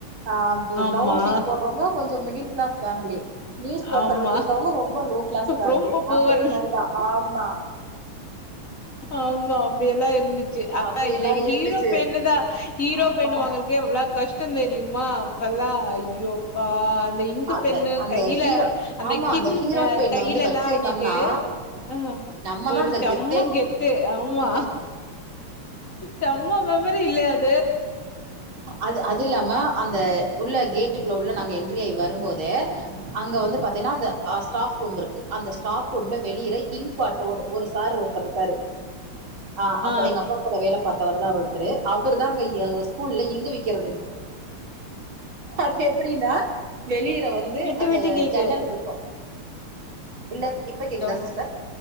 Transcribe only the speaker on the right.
ஆ
பிரவுன் சீட் போடுறவங்க கொஞ்சம் middle class family news paper
வச்சிருக்கவங்க ரொம்ப லோ கிளாஸ் ஃபேமிலி
அப்படி மாரிதா ஆமா
அப்படியெல்லா
இருந்துச்சு
ஆமா
அந்த
அந்த
ஹீரோ
ஆமா
ஹீரோ பெண்ண
வந்து வச்சிருந்தோம்னா
நம்மதா
அங்க
கெத்தே
அது அது இல்லாம அந்த உள்ள கேட்டு உள்ள நாங்க என்ட்ரி ஆகி வரும்போதெ அங்க வந்து பாத்தீங்கன்னா அந்த ஸ்டாப் ரூம் இருக்கு அந்த ஸ்டாப் ரூம் வெளியற இங் பாட்ல ஒரு ஒரு சார் ஒருத்தர் இருக்காரு ஆஹ்
அப்ப எங்க அப்பா கூட வேலை பார்த்தவர் தான் ஒருத்தரு அவர் தா அய்யோ ஸ்கூல்ல இங்க் விக்கிறது அது எப்படின்னா வெளிய வந்து
அந்த
ஜன்னல் இருக்கு இல்ல இப்ப கேக்குதா
சிஸ்டர்